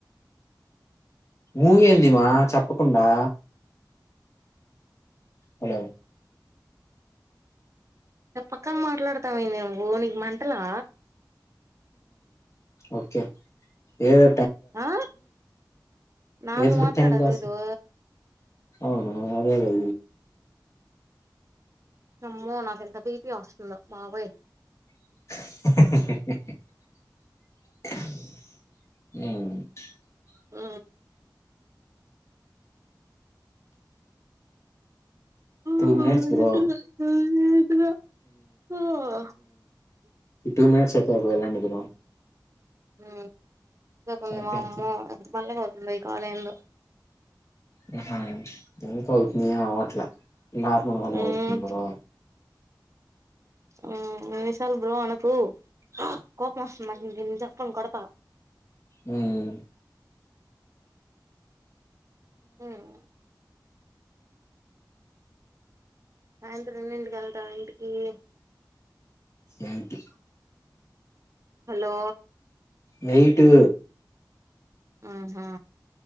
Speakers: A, on the left; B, on the right.
A: ఊహేందిమా చెప్పకుండా హలో
B: చెప్పక మాట్లాడతామంది నువ్వు నీకు మంటలా
A: ఓకే ఏద
B: ఆ నాతో
A: ఏదో
B: మాట్లాడదు
A: టైం పాస్
B: ఏదో
A: అవును అదేది
B: నమ్మో నాకు ఎంత బీపీ వస్తుందో బాబోయ్
A: అ
B: ఆ ఆ
A: టూ మినిట్స్ బ్రో
B: అద ఇ
A: ఈ టూ మట్స్ ఏకు వెలాాంటికు
B: ఆ ఎనుకకుంది
A: అయిపోయిద్ది
B: వామ్మో ఎంత మందియో లైక్ ఆ లైన్లో
A: హు హ్ ఎందుకౌతున్నాయో ఆగు ఇట్ల నార్మల్ గానే
B: ఉమ్
A: వచ్చింది గదా
B: మ్మ్ నిశాల్ బ్రో అనకు హ్ర కోపమస్తుంది నాకు ఇంక ఇ చెక్కతోని కోడ్త్ ఆ
A: మ్మ్ హ్
B: మ్మ్ సాయంత్రం ఎన్నింటికి వెళ్తావ్ ఇంటికి
A: ఏంటి
B: హలో
A: వెయిటూ
B: ఆహా